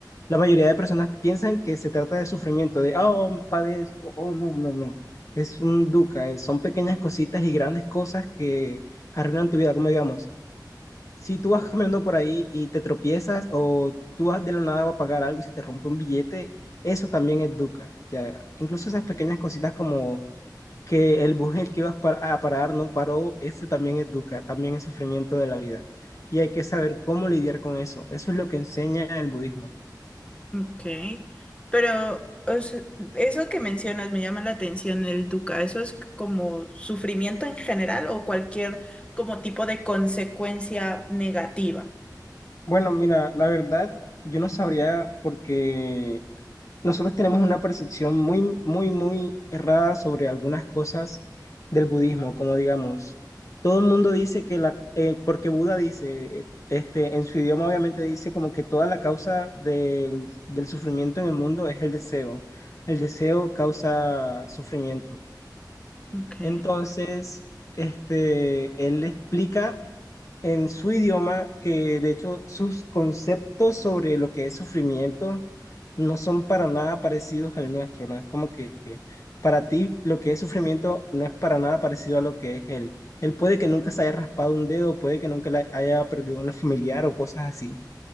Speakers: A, on the left (about 45°); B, on the left (about 15°).
A: La mayoría de personas piensan que se trata de sufrimiento, de, oh, padezco, oh, no, no, no. Es un dukkha, es- son pequeñas cositas y grandes cosas que arruinan tu vida, como digamos, si tú vas caminando por ahí y te tropiezas o tú vas de la nada a pagar algo y se te rompe un billete, eso también es dukkha, ya. Incluso esas pequeñas cositas como que el bus en el que ibas par- a parar no paró, eso también es dukkha, también es sufrimiento de la vida. Y hay que saber cómo lidiar con eso. Eso es lo que enseña el budismo.
B: ok. Pero o sea, eso que mencionas me llama la atención, el dukkha. ¿Eso es como sufrimiento en general o cualquier como tipo de consecuencia negativa?
A: Bueno, mira, la verdad, yo no sabría porque nosotros tenemos una percepción muy, muy, muy errada sobre algunas cosas del budismo, como digamos, todo el mundo dice que la, eh, porque Buda dice, eh, este, en su idioma obviamente dice como que toda la causa del, del sufrimiento en el mundo es el deseo. El deseo causa sufrimiento.
B: Ok.
A: Entonces, este, él explica en su idioma, que de hecho sus conceptos sobre lo que es sufrimiento no son para nada parecidos al nuestro, ¿no? Es como que para ti lo que es sufrimiento no es para nada parecido a lo que es él. Él puede que nunca se haya raspado un dedo, puede que nunca le haya perdido una familiar o cosas así,